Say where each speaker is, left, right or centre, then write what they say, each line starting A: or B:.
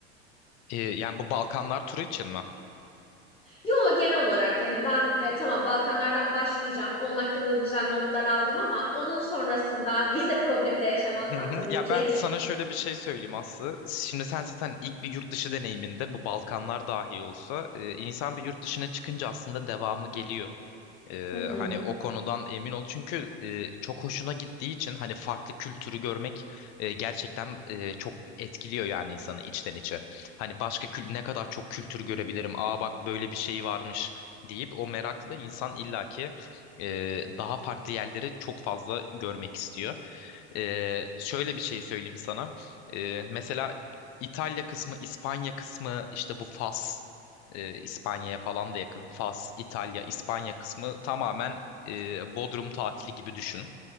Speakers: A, on the left (about 50°); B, on the left (about 20°).
A: E, yani bu Balkanlar turu için mi?
B: Yo genel olarak hani ben e, tamam Balkanlardan başlayacağım. Onun hakkında da güzel notlar aldım ama onun sonrasında vize problemi de yaşamazsam
A: Hı hı.
B: tabii
A: Ya
B: ki.
A: ben sana şöyle bir şey söyleyeyim Aslı. Şimdi sen zaten ilk bir yurt dışı deneyiminde bu Balkanlar dahi olsa e, insan bir yurt dışına çıkınca aslında devamı geliyor. E,
B: Hı hı.
A: hani o konudan emin ol. Çünkü e, çok hoşuna gittiği için hani farklı kültürü görmek e, gerçekten e, çok etkiliyor yani insanı içten içe. Hani başka kül ne kadar çok kültür görebilirim. Aa bak böyle bir şey varmış deyip o meraklı insan illaki e, daha farklı yerleri çok fazla görmek istiyor. Ee, şöyle bir şey söyleyeyim sana. Ee, mesela İtalya kısmı, İspanya kısmı, işte bu Fas, e, İspanya'ya falan da yakın. Fas, İtalya, İspanya kısmı tamamen e, Bodrum tatili gibi düşün.